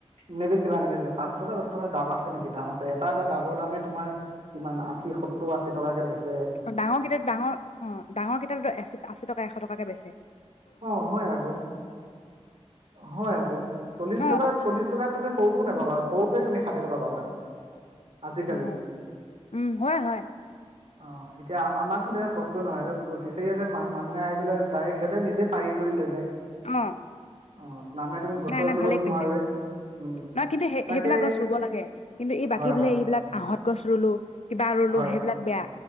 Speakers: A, on the right (about 75°); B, on the left (about 75°).
A: নেবেচিবা নেবেচিবা পাঁচ টকা দচ টকা ডাব আছে নেকি দাম আছে। এটা এটা ডাবৰ দামে তোমাৰ কিমান আশী সত্তৰ আশী টকাকে বেছি।
B: অ ডাঙৰ কিতাপ ডাঙৰ অ ডাঙৰ কিতাপো আশী টকা এশ টকাকে বেচছে।
A: অ হয় আকৌ হয় আকৌ চল্লিশ
B: অ
A: টকা চল্লিশ টকাত তুমি সৰুটোও নোপাবা। সৰুটোৱে তুমি ষাঠি টকা পাবা। আজিকালি
B: অ, উম হয় হয়
A: অ এতিয়া আম আমাৰতো তেনেক কষ্টই নহয় ফিচাৰী আছে মানুহে আহি পেলাই ডাইৰেক্ট সিহঁতে নিজে পাৰি কৰি লৈ যায়।
B: অ
A: অ নামে তুমি গছৰ
B: নাই নাই
A: উঠিবতো
B: ভালেই কৈছে,
A: নোৱাৰোৱে উম
B: ন কিন্তু সেই
A: তাকে
B: সেইবিলাক গছ ৰুব লাগে কিন্তু এই বাকী
A: হয়
B: বোলে
A: হয়
B: এইবিলাক আহত। কচৰু লো কিবা আৰু লোহ
A: হয়
B: সেইবিলাক বেয়া।